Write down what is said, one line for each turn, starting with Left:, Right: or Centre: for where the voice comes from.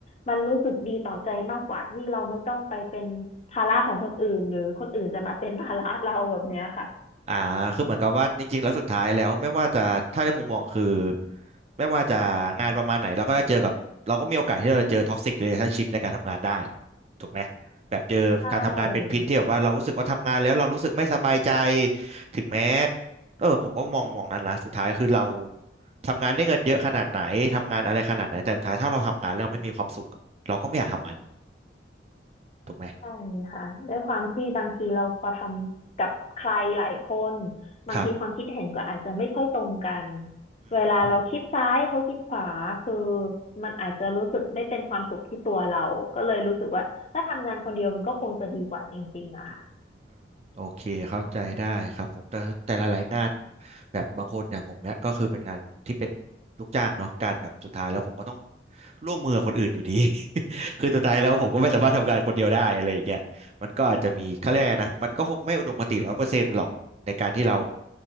Left: มันรู้สึกดีต่อใจมากกว่าที่เราไม่ต้องไปเป็นภาระของคนอื่นหรือคนอื่นจะมาเป็นภาระเราแบบเนี้ยค่ะ
Right: อ่าคือเหมือนกับว่าจริงๆแล้วสุดท้ายแล้วไม่ว่าจะถ้าในมุมมองคือไม่ว่าจะงานประมาณไหนเราก็จะเจอกับเราก็มีโอกาสที่เราจะเจอท็อกซิกเ a ล a t ชั่นชิพในการทำงานได้ถูกไหมแบบเจอการทำงานเป็นพิษที่แบบว่าเรารู้สึกว่าทำงานแล้วเรารู้สึกไม่สบายใจ
Left: ใช่
Right: ถึงแม้เออผมก็มองมองนั้นละสุดท้ายคือเราทำงานได้เงินเยอะขนาดไหนทำงานอะไรขนาดไหนแต่สุดท้ายถ้าเราทำงานแล้วไม่มีความสุขอะเราก็ไม่อยากทำมันถูกไหม
Left: ใช่ค่ะด้วยความที่บางทีเราพอทำกับใครหลายคนบางทีความคิดเห็นก็อาจจะไม่ค่อยตรงกัน
Right: ครับอืม
Left: เวลาเราคิดซ้ายเขาคิดขวาคือมันอาจจะรู้สึกไม่เป็นความสุขที่ตัวเราก็เลยรู้สึกว่าถ้าทำงานคนเดียวมันก็คงจะดีกว่าจริงๆอะค่ะ
Right: อืมโอเคเข้าใจได้ครับผมแต่แต่หลายๆงานแบบบางคนอย่างผมเนี่ยก็คือเป็นงานที่เป็นลูกจ้างเนาะการแบบสุดท้ายแล้วผมก็ต้องร่วมมือกับคนอื่นอยู่ดี <laughs> คือสุดท้ายแล้วผมก็ไม่สามารถทำงานคนเดียวได้อะไรอย่างเงี้ยมันก็อาจจะมีเขาเรียกไงนะมันก็คงไม่อุดมคติร้อยเปอร์เซ็นต์หรอกในการที่เรา